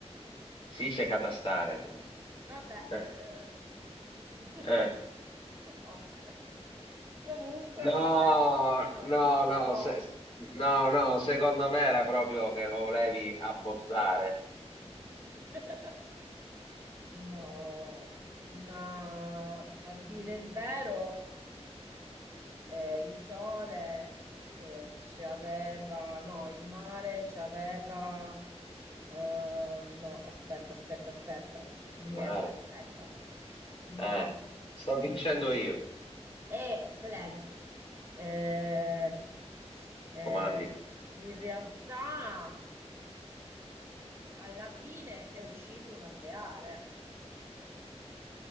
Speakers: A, on the left; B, on the right.
A: si dice catastare.
B: Vabbè.
A: Eh,
B: eh. <laughs>
A: eh.
B: Va bene. Comunque,
A: No,
B: va bene. Eh,
A: no,
B: no.
A: no, se- no, no, secondo me era proprio che lo volevi abbozzare.
B: <laughs> No, ma a dire il vero, eh, il sole eh, ci aveva, no, il mare ci aveva, eh, no, aspetta, aspetta, aspetta, non
A: Il
B: mi
A: mare.
B: esce, aspetta, no,
A: Eh, sto vincendo
B: mm.
A: io.
B: Eh, silenzio. Eh, eh,
A: Comandi.
B: in realtà alla fine è uscito un alveare.